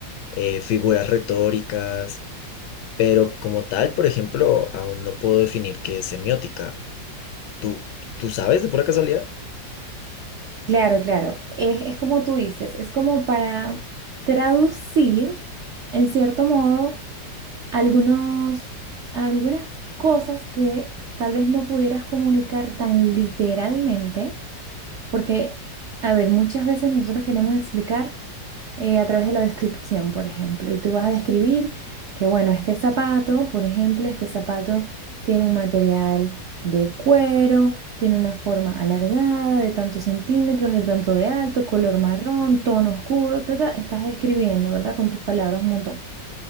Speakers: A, on the left; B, on the right.
A: eh, figuras retóricas, pero como tal, por ejemplo, aún no puedo definir qué es semiótica. ¿Tú, tú sabes de pura casualidad?
B: Claro, claro. Es, es como tú dices, es como para traducir, en cierto modo, algunos, algunas cosas que tal vez no pudieras comunicar tan literalmente, porque, a ver, muchas veces nosotros queremos explicar. eh, a través de la descripción, por ejemplo. Y tú vas a describir que, bueno, este zapato, por ejemplo, este zapato tiene un material de cuero, tiene una forma alargada de tantos centímetros, de tanto de alto, color marrón, tono oscuro, ta, ta. Estás describiendo, ¿verdad? Con tus palabras un montón.